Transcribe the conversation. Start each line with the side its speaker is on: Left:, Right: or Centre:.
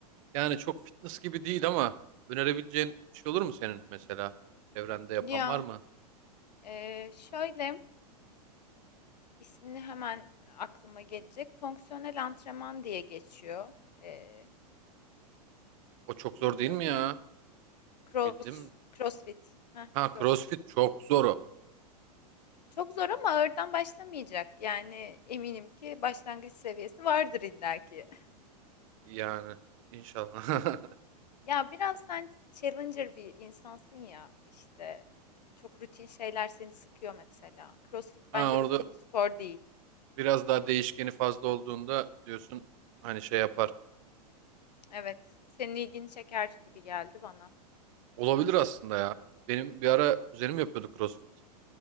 Right: yani çok fitness gibi değil ama önerebileceğin bir şey olur mu senin mesela? Çevrende yapan
Left: Ya
Right: var mı?
Left: e, şöyle ismini hemen aklıma gelecek. Fonksiyonel antrenman diye geçiyor. E,
Right: O çok zor
Left: bildin
Right: değil mi ya?
Left: mi? Cross,
Right: Bildim.
Left: CrossFit. Ha,
Right: Ha
Left: CrossFit.
Right: CrossFit çok zor o.
Left: Çok zor ama ağırdan başlamayacak. Yani eminim ki başlangıç seviyesi vardır illaki. <laughs>
Right: Yani inşallah. <laughs>
Left: Ya biraz sen challenger bir insansın ya işte çok rutin şeyler seni sıkıyor mesela. CrossFit
Right: Ha
Left: bence
Right: orada
Left: rutin bir spor değil.
Right: biraz daha değişkeni fazla olduğunda diyorsun hani şey yapar.
Left: Evet, senin ilgini çeker gibi geldi bana.
Right: Olabilir aslında ya. Benim bir ara kuzenim yapıyordu CrossFit.